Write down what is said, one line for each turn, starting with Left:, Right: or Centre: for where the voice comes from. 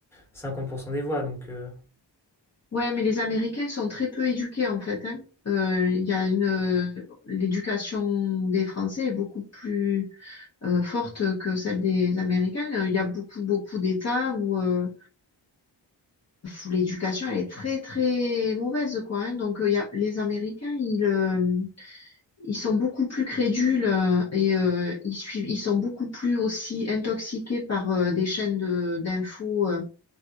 Centre: 50% des voix. Donc, euh,
Left: ouais, mais les Américains sont très peu éduqués en fait, hein. Euh, Il y a une euh, l'éducation des Français est beaucoup plus euh, forte que celle des Américains. Euh, Il y a beaucoup beaucoup d'États où, euh, où l'éducation elle est très très mauvaise, quoi. hein. Donc euh, il y a les Américains, ils euh, Ils sont beaucoup plus crédules euh, et euh, ils suivent, ils sont beaucoup plus aussi intoxiqués par euh, des chaînes de- d'infos euh,